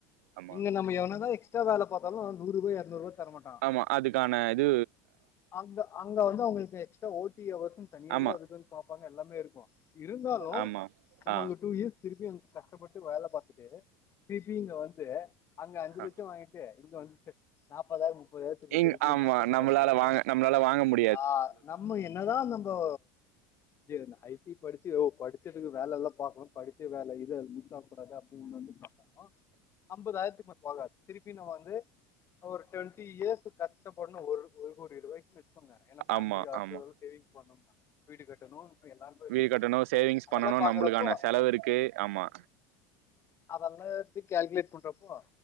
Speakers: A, on the right; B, on the left.
A: ஆமா.
B: இங்க நம்ம எவனதா எக்ஸ்ட்ரா வேல பாத்தாலு நூறுபா இரநூறுவா தர மாட்டா
A: அமா அதுக்கான இது
B: அங்க அங்க வந்து அவங்களுக்கு எக்ஸ்ட்ரா ஓ டி ஹவர்ஸ்ன் தனியாவே
A: ஆமா
B: அதுக்கு வந் பாப்பாங்க எல்லாமே இருக்கு இருந்தாலு
A: ஆமா
B: நம்ம
A: ஆ
B: அங்க டூ ஈஸ் திருப்பியூ அங் கஷ்டப்பட்டு வேல பாத்துட்டு திருப்பியூ இங்க வந்து அங்க அஞ்சு
A: ஆ.
B: லட்சோ வாங்கிட் து இங்க வந்து <unintelligible>
A: இங்
B: திருப்பி
A: ஆமா
B: கஷ்டப்பட
A: நம்மளால
B: முடியாதுல்ல
A: வாங்க நம்மளால வாங்க மு
B: ஆ நம்ம என்னதா நம்போ <unintelligible> ஐ டி படிச்சு யோவ் படிச்சதுக்கு வேல எல்லா பாக்கனு படிச்ச வேல இது அது மிஸ் ஆக கூடாது அப்டின் வந்து <unintelligible> ஐம்பதாயிரத்துக்கு மே போகாது திருப்பி நா வந்து ஒரு டொண்ட்டி இயர்ஸ்ஸு கஷ்டப்படுனு ஒரு ஒரு கோ டி ரூவாய்க்கு <unintelligible> ஏன்னா பேமிலி
A: ஆமா
B: அடுத்தது
A: ஆமா
B: எதா சேவிங் பண்ணுன்னா வீடு கட்டணு எல்லாமே
A: வீ கட்டணு சேவிங்ஸ்
B: அதெல்லா
A: பண்ணணு
B: பாக்குறப்போ
A: நம்மளுக்கான செலவு இருக்கு ஆமா
B: அதல்லா எப்டி கேல்குலேட் பண்றப்போ